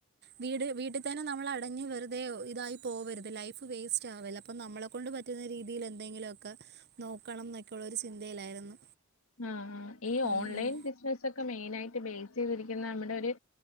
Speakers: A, on the right; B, on the left.
A: വീട് വീട്ടിൽ തന്നെ നമ്മൾ അടഞ്ഞ് വെറുതെ ഇതായി പോകരുത്. ലൈഫ് വേസ്റ്റ് ആവില്ല അപ്പ നമ്മള ളെകൊണ്ട് പറ്റുന്ന രീതിയിൽ എന്തെങ്കിലുമക്ക നോക്കണം എന്നൊക്കെയള്ള ഒരു ചിന്തയിലായിരുന്നു.
B: ആആ ഈ
A: ഉം
B: ഓൺലൈൻ ബിസിനസ ഒക്കെ മെയിൻ ആയിട്ട് ബേസ് ചെയ്തിരിക്കുന്ന നമ്മുടെ ഒരു